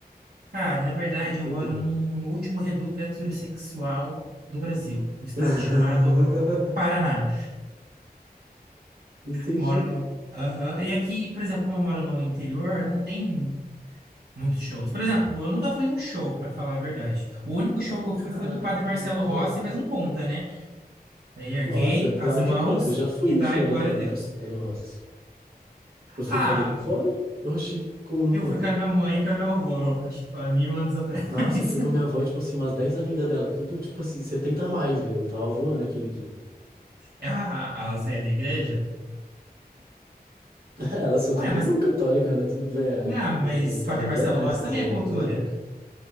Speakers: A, on the right; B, on the right.
A: Cara, na verdade,
B: Tudo.
A: eu moro num último reduto heterossexual do Brasil, o estado
B: <laughs>
A: chamado Paraná.
B: Entendi.
A: Moro no. Aham. E aqui, por exemplo, como eu moro no interior, não tem muitos shows. Por exemplo, eu nunca fui em um show, pra falar a verdade. O único show que eu fui
B: Caraca.
A: foi do Padre Marcelo Rossi, mas não conta, né? Daí erguei
B: Nossa, claro
A: as mãos
B: que conta. Eu já fui
A: e
B: no
A: dai
B: show
A: glória
B: do Padre
A: a Deus.
B: Marcelo Rossi. Eu fui
A: Ah,
B: com a minha avó. Oxi, como não
A: Eu
B: conta?
A: fui com a minha mãe e com a minha avó, eu acho, há mil anos atrás.
B: Nossa, eu fui
A: <laughs>
B: com a minha avó e, tipo assim, umas 10 amigas dela. Tudo, tipo assim, 70 a mais, velho. Eu tava voando aquele dia.
A: A- As velhas da igreja.
B: <laughs> Elas são
A: Ué,
B: tudo
A: mas,
B: católicas, né? Tudo véia
A: não,
B: é,
A: mas
B: é italiana,
A: Padre Marcelo Rossi
B: né? Essas
A: também
B: véias
A: é cultura.
B: católicas.